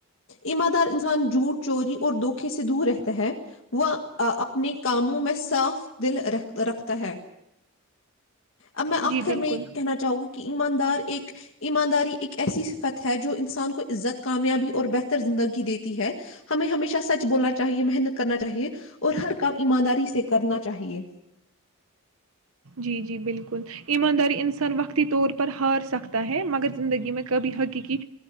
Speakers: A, on the left; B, on the right.
A: ایمادار انسان جھوٹ چوری اور دھوکے سے دور رہتا ہے وہ اپنے کاموں میں صاف دل رکھتا ہے اب میں آخر
B: جی بالکل۔
A: میں یہ کہنا چاہوں گا کہ ایماندار ایک ایمانداری ایک ایسی سفت ہے جو انسان کو عزت کامیابی اور بہتر زندگی دیتی ہے ہمیں ہمیشہ سچ بولنا چاہیے محنت کرنا چاہیے اور ہر کام ایمانداری سے کرنا چاہیے
B: جی جی بالکل ایمانداری انسان وقتی طور پر ہار سکتا ہے مگر زندگی میں کبھی حقیقی